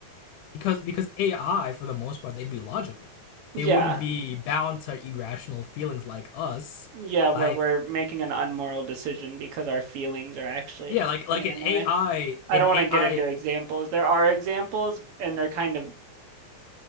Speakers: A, on the left (about 80°); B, on the right (about 65°).
A: because because AI for the most part they'd be logical.
B: Yeah.
A: They wouldn't be bound to irrational feelings like us.
B: Yeah, where
A: Like
B: we're making an unmoral decision because our feelings are actually
A: yeah, like
B: getting
A: like
B: in the
A: an
B: way.
A: AI,
B: I
A: an
B: don't want
A: AI,
B: to get into examples. There are examples and they're kind of